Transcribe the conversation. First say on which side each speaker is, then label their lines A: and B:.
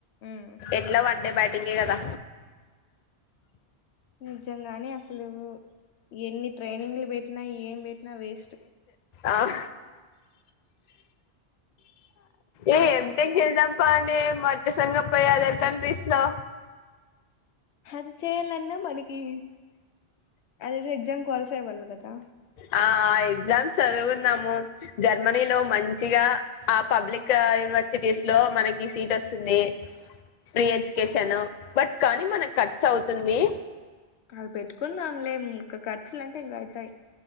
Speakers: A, on the left; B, on the left.
A: ఉమ్,
B: ఎట్లాగో బయట టింగే కదా
A: నిజంగాని అసలు ఎన్ని ట్రైనింగ్లు పెట్ పెట్టినా ఏం పెట్టినా వేస్ట్
B: ఆ <unintelligible> ఏ
A: యా,
B: ఏం టెక్ చేద్దాం పాండే మట్టసంగా పోయి అదర్ కంట్రీస్ లో
A: అది చేయాలాంటే మనకి అదెదో ఎగ్జామ్ క్వాల్ ట్రెవెల్ కదా
B: ఆ ఆ ఎగ్జామ్స్ చదుకువుందము జర్మనీలో మంచిగా ఆ పబ్లిక్ యూనివర్సిటీస్ లో మనకి సీట్ వస్తుంది ఫ్రీ ఎడ్యుకేషన్ బట్ కానీ మనకు ఖర్చు అవుతుంది
A: అవి పెట్టుకుందాంలేం ఇంకా ఖర్చులు అంటే ఇంకా అవుతాయి